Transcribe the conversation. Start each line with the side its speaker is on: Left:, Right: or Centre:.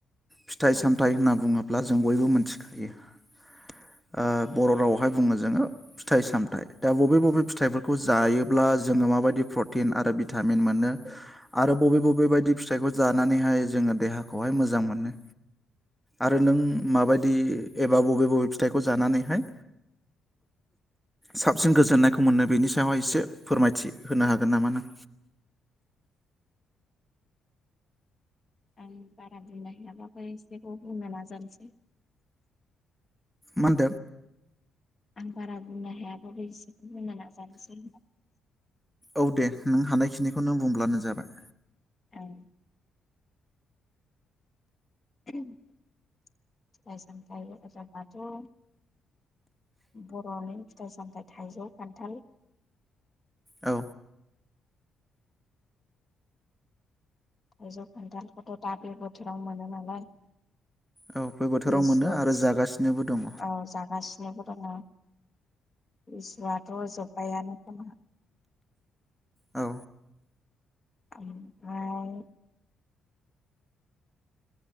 Centre: फिथाइ
Left: औ
Centre: सामथाय होनना बुङोब्ला जों बयबो मोन थिखायो ओ बर' रावआवहाय बुङो जोङो फिथाइ सामथाइ दा बबे बबे
Left: औ
Centre: फिथाइफोरखौ जायोब्ला जोङो माबायदि प्रटिन आरो भिटामिन मोनो आरो बबे बबे बायदि फिथाइखौ जानानैहाय जोङो देहाखौहाय मोजां मोनो। आरो नों माबायदि एबा बबे बबे फिथाइखौ जानानैहाय साबसिन गोजोननायखौ मोनो बेनि सायावहाय एसे फोरमायथि होनो हागोन नामा नों।
Left: आं बारा बुंनो हायाबाबो एसेखौ बुंनो नाजानोसै।
Centre: मानदों
Left: आं बारा बुंनो हायाबाबो इसे बुंनो नाजानोसै।
Centre: औ दे नों हानायखिनिखौ नों बुंब्लानो जाबाय।
Left: ओं। फिथाइ सामथाइ <unintelligible> बर'नि फिथाइ सामथाइ थाइजौ खान्थाल
Centre: औ।
Left: थाइजौ खान्थालखौथ' दा बे बोथोराव मोनो नालाय।
Centre: औ बे बोथोराव
Left: लिसु
Centre: मोनो आरो जागासिनोबो दङ।
Left: औ जागासिनोबो दङ लिसुआथ जोब बायानो खोमा।
Centre: औ
Left: ओमफाय